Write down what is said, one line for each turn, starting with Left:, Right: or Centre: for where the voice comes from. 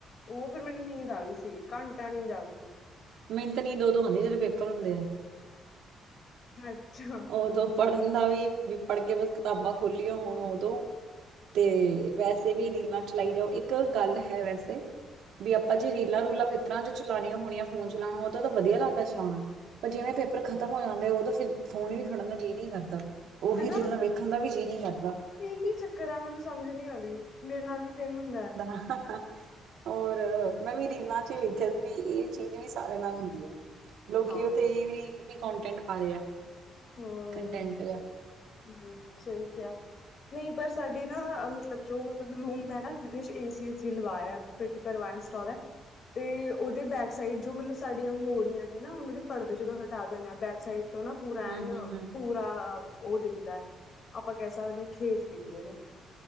Left: ਉਹ ਫੇਰ ਮੈਨੂੰ ਨੀਂਦ ਆ ਗਈ ਸੀ ਘੰਟਾ ਨੀਂਦ ਆ ਗਈ।
Right: ਮਿਹਨਤ ਨੀ ਦੋ ਦੋ ਹੁੰਦੀ ਜਦੋਂ ਪੇਪਰ ਹੁੰਦੇ ਆ,
Left: ਅੱਛਾ
Right: ਉਦੋਂ। ਪੜ੍ਹਨ ਦਾ ਵੀ ਵੀ ਪੜ੍ਹ ਕੇ ਬਸ ਕਿਤਾਬਾਂ ਖੋਲੀਆਂ ਹੁਣ ਉਦੋਂ ਤੇ ਵੈਸੇ ਵੀ ਰੀਲਾਂ ਚਲਾਈ ਜਾਓ ਇੱਕ ਗੱਲ ਹੈ ਵੈਸੇ ਵੀ ਆਪਾਂ ਜੇ ਰੀਲਾਂ ਰੂਲਾਂ ਪੇਪਰਾਂ ਚ ਚਲਾਉਣੀਆਂ ਹੋਣ ਫੋਨ ਚਲਾਉਣਾ ਉਹ ਤਾਂ ਵਧੀਆ ਲੱਗਦਾ ਚਲਾਉਣਾ ਪਰ ਜਿਵੇਂ ਪੇਪਰ ਖਤਮ ਹੋ ਜਾਂਦੇ ਉਹ ਫਿਰ ਫੋਨ ਵੀ ਖੜਨ ਦਾ ਜੀਅ ਨਹੀਂ ਕਰਦਾ ਉਹੀ
Left: ਹਨਾ
Right: ਰੀਲਾਂ ਵੇਖਣ ਦਾ ਵੀ ਜੀਅ ਨਹੀਂ ਕਰਦਾ
Left: ਕੀ ਚੱਕਰ ਆ ਮੈਨੂੰ ਸਮਝ ਨੀ ਆਉਂਦੀ ਮੇਰੇ ਨਾਲ ਵੀ ਸੇਮ ਹੁੰਦਾ ਹੈ
Right: ਹ ਹ। ਔਰ ਮੈਂ ਵੀ ਰੀਲਾਂ ਚ ਵੇਖਿਆ ਸੀ ਵੀ ਇਹ ਚੀਜ਼ ਵੀ ਸਾਰਿਆਂ ਨਾਲ ਹੁੰਦੀ ਐ। ਲੋਕੀ
Left: ਹਾਂ
Right: ਉੱਥੇ ਇਹ ਰੀ ਵੀ ਕੋਂਟੈਂਟ ਪਾ ਰਹੇ ਆ
Left: ਹਮ
Right: ਕੰਟੈਂਟ ਦਾ
Left: ਹਮ ਸਹੀ ਕਿਹਾਿਆ ਨਹੀਂ ਪਰ ਸਾਡੇ ਨਾ ਮਤਲਬ ਜੋ ਮਤਲਬ ਰੂਮ ਹੈ ਨਾ ਜਿਹਦੇ ਚ ਏ ਸੀਏਸੀ ਲਵਾਇਆ ਫਿਟ ਕਰਵਾ ਵਾਇਨ ਸਟੋਾਲ ਹੈ ਤੇ ਉਹਦੇ ਬੈਕ ਸਾਈਡ ਜੋ ਮਤਲਬ ਸਾਡੀਆਂ ਮੋਰੀਆਂ ਨੇ ਨਾ ਉਹਨਾਂ ਦੇ ਪਰਦੇ ਜਦੋਂ ਹਟਾ ਦਿੰਦੇ ਹਾਂ ਬੈਕ ਸਾਈਡ ਤੋਂ ਨਾ ਰਹਿਣ
Right: ਹੂੰ ਹੂੰ ਹੂੰ
Left: ਪੂਰਾ ਉਹ ਦਿਖਦਾ ਆਪਾਂ ਕਹਿ ਸਕਦੇ ਹਾਂ ਖੇਤ ਦਿਖਦੇ ਨੇ